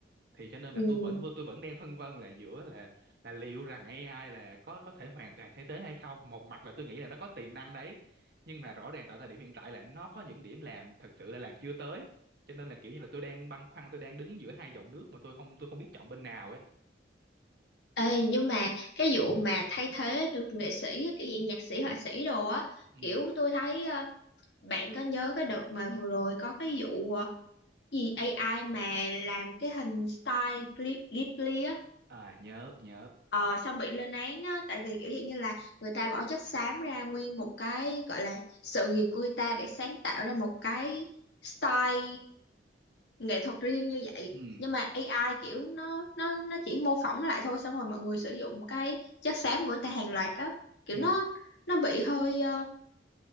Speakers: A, on the right (about 60°); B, on the left (about 70°).
A: thì cho nên là
B: Ừ,
A: tôi vẫn tôi vẫn đang phân vân là giữa là là liệu rằng AI là có có thể hoàn toàn thay thế hay không một mặt là tôi nghĩ là nó có tiềm năng đấy nhưng mà rõ ràng tại thời điểm hiện tại là nó có những điểm làm thật sự là làm chưa tới cho nên là kiểu như là tôi đang băn khoăn tôi đang đứng giữa hai dòng nước mà tôi không tôi không biết chọn bên nào ấy
B: Ê, nhưng mà cái vụ mà thay thế được nghệ sĩ á, kiểu gì nhạc sĩ họa sĩ đồ á
A: ừ
B: kiểu tôi thấy ờ, bạn có nhớ cái đợt mà vừa rồi có cái vụ ờ, gì AI mà làm cái hình style Ghi- Ghibli á
A: à nhớ nhớ
B: ờ xong bị lên án á tại vì kiểu dạng như là người ta bỏ chất xám ra nguyên một cái gọi là sự nghiệp của người ta để sáng tạo ra một cái style nghệ thuật riêng như vậy
A: ừ
B: nhưng mà AI kiểu nó nó nó chỉ mô phỏng lại thôi xong rồi mọi người sử dụng cái chất xám của người ta hàng loạt á kiểu
A: ừ
B: nó nó bị hơi ờ,